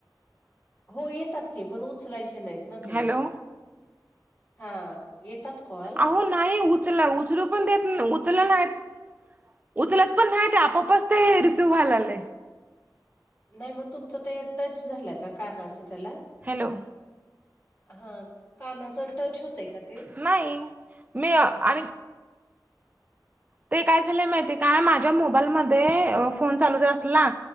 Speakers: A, on the left (about 20°); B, on the right (about 25°).
A: हो येतात की पण उचलायचे नाहीत ना ते.
B: हॅलो
A: हा येतात कॉल.
B: अहो नाही उचला उचलू पण देत ना उचल नाहीत. उचलत पण नाही ते आपोआपच ते रिसीव्ह व्हाय लायलय.
A: नाही मग तुमचं ते टच झालं का कानाचं त्याला.
B: हॅलो!
A: हा कानाच टच होतय का ते?
B: नाही. मी आणि ते काय झालंय माहती काय माझ्या मोबाईलमध्ये फोन चालू ज असला